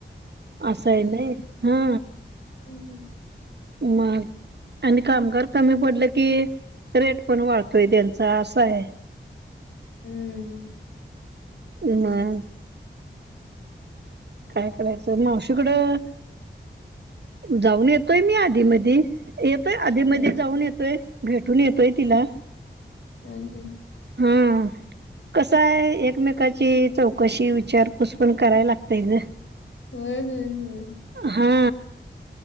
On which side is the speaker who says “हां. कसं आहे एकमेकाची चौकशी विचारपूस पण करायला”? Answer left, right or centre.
Right